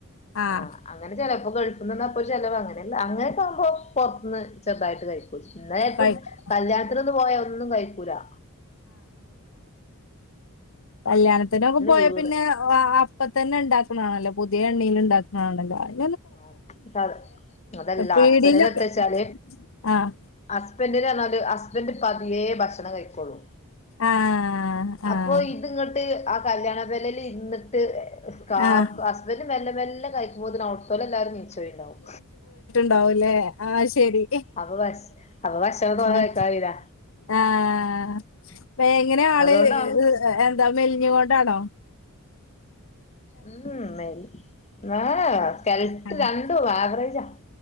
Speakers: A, on the left (about 65°); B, on the left (about 30°).
A: ആ
B: ആഹ് അങ്ങനെ ചെല ഇപ്പ ഗൾഫ്ന്ന് വന്നാ അപ്പൊര് ചെലവ് അങ്ങനെയെല്ലാം അങ്ങനൊക്കെ ആവുമ്പോ പൊർത്ത്ന്ന് ചെറ്തായിട്ട് കഴിക്കും ഇന്നാ ചെൽപ്പം
A: കഴിക്കും
B: കല്യാണത്തിനൊന്നും പോയാ ഒന്നും കഴിക്കൂലാ
A: കല്യാൺത്തിനൊക്കെ പോയാ
B: വീട്
A: പിന്നെ അ അപ്പ തെന്നെ ഇണ്ടാക്ക്ണെ ആണല്ലോ പുതെ എണ്ണീൽ ഇണ്ടാ ആണല്ലോ? അയ്
B: <unintelligible> അത് അല്ല
A: പീടിലൊക്കെ
B: ഹസ്ബെന്റിന് എത്തോയ്ച്ചാൽ
A: ആഹ്
B: ഹസ്ബെന്റിന് പർണാൽ ഹസ്ബെന്റ് പതിയേ ഭക്ഷണം കഴിക്കോള്ളു
A: ആഹ് ആഹ്
B: അപ്പൊ ഇത് ഇങ്ങെട്ട് ആ കല്യാണം വെല്ലെ വെല്ലെ ഇര്ന്ന്ട്ട് കാക്കു
A: ആഹ്
B: ഹസ്ബെന്റ് മെല്ലെ മെല്ലാം കഴിക്കുമ്പോത്തിന് അയുട് എല്ലാരും നീച്ചോയിണ്ടാവും
A: ഇണ്ടാവും ലെ ആഹ് ശെരി
B: അപ്പൊ വെശ് അപ്പൊ ഭക്ഷണം തോനെ
A: ആഹ്
B: കഴിക്കാൻ കഴിയൂല
A: ആഹ് വേ എങ്ങനെ ആൾ
B: അതുകൊണ്ടാണ്
A: ഹ് എന്താ മെൽഞ്ഞ് കൊണ്ടാണോ?
B: ഉംമം മെൽ ഏഹ് എഹ് സ്കെൽട്ട്
A: ആഹ്
B: രണ്ടും ആവറേജാ